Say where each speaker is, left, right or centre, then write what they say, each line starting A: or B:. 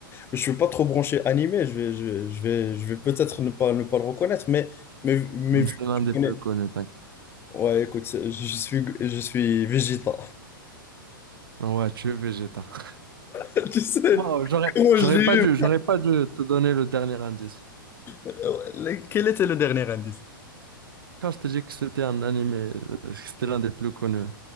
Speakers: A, on the left (about 20°); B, on the right (about 75°).
A: je suis pas trop branché animé, je vais, je vais, je vais, je vais peut-être ne pas, ne pas le reconnaître, mais, mais, mais
B: Mm,
A: vu
B: C'est
A: que
B: l'un
A: tu
B: des
A: connais...
B: plus connus, t'inquiète.
A: Ouais, écoute, c'est- je suis, je suis Vegeta.
B: Ouais, tu es Vegeta. <laughs>
A: <laughs> Tu sais,
B: Wow, j'aurais,
A: comment
B: j'aurais
A: je l'ai
B: pas
A: eu?
B: dû, j'aurais pas dû te donner le dernier indice.
A: Euh, Quel était le dernier indice?
B: Quand je t'ai dit que c'était un animé, euh, que c'était l'un des plus connus.